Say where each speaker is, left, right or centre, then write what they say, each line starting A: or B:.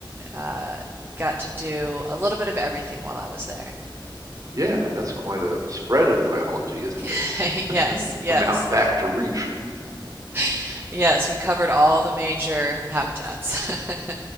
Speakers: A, on the right (about 25°); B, on the right (about 40°).
A: uh, got to do a little bit of everything while I was there.
B: Yeah, that's quite a spread of biology, isn't
A: <laughs>
B: it?
A: Yes, yes.
B: From out back to reef.
A: <laughs> Yes, we covered all the major habitats. <laughs>